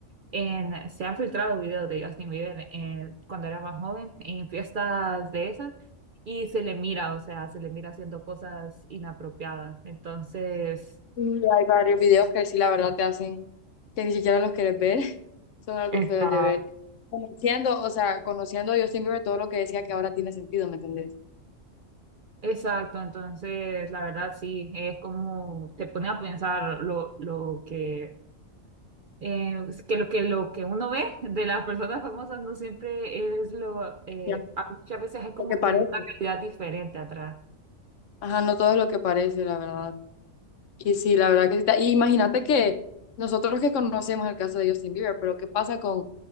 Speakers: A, on the right (about 55°); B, on the left (about 70°).
A: En, se han filtrado videos de Justin Bieber en- cuando era más joven en fiestas de esas y se le mira, o sea, se le mira haciendo cosas inapropiadas. Entonces,
B: Y hay varios videos que sí, la verdad, te hacen que ni siquiera los quieres ver, <laughs> son algo
A: Está,
B: feos de ver. Conociendo, o sea, conociendo a Justin Bieber, todo lo que decía que ahora tiene sentido, ¿me entendés?
A: exacto, entonces la verdad sí, es como te pone a pensar lo, lo que, eh, que lo que lo que uno ve de las personas famosas no siempre es lo, eh,
B: Ya,
A: a- muchas veces hay como
B: lo que parece.
A: que una realidad diferente atrás.
B: Ajá, no todo es lo que parece, la verdad. Y sí, la verdad que sí está. Y imagínate que nosotros que conocemos el caso de Justin Bieber, pero ¿qué pasa con,